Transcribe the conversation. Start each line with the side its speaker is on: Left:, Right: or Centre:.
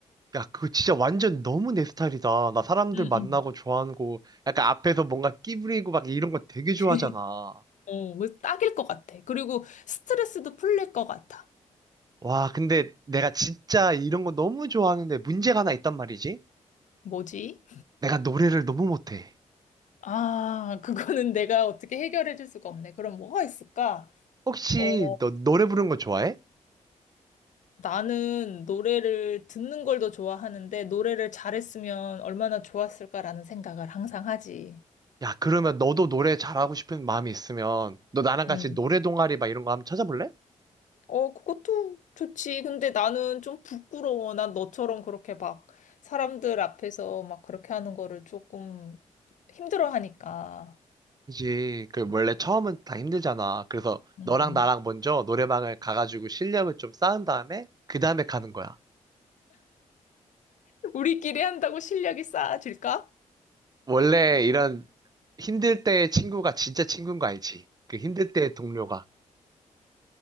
Right: 야, 그거 진짜 완전 너무 내 스타일이다. 나 사람들
Left: 응,
Right: 만나고
Left: 응.
Right: 좋아하는 거, 약간 앞에서 뭔가 끼부리고 막 이런 거 되게 좋아하잖아.
Left: <laughs> 어, 뭐 딱일 것 같아. 그리고 스트레스도 풀릴 것 같아.
Right: 와, 근데 내가 진짜 이런 거 너무 좋아하는데 문제가 하나 있단 말이지?
Left: 뭐지?
Right: 내가 노래를 너무 못해.
Left: 아, 그거는 내가 어떻게 해결해 줄 수가 없네. 그럼 뭐가 있을까?
Right: 혹시
Left: 어,
Right: 너 노래 부르는 거 좋아해?
Left: 나는 노래를 듣는 걸 더 좋아하는데 노래를 잘했으면 얼마나 좋았을까라는 생각을 항상 하지.
Right: 야, 그러면 너도 노래 잘하고 싶은 마음이 있으면 너 나랑 같이
Left: 음.
Right: 노래 동아리 막 이런 거 한번 찾아볼래?
Left: 어, 그것도 좋지. 근데 나는 좀 부끄러워. 난 너처럼 그렇게 막 사람들 앞에서 막 그렇게 하는 거를 조금 힘들어 하니까.
Right: 그지. 그 원래 처음은 다 힘들잖아. 그래서
Left: 음.
Right: 너랑 나랑 먼저 노래방을 가가지고 실력을 좀 쌓은 다음에 그 다음에 가는 거야.
Left: 우리끼리 한다고 실력이 쌓아질까?
Right: 원래 이런 힘들 때의 친구가 진짜 친구인 거 알지? 그 힘들 때의 동료가.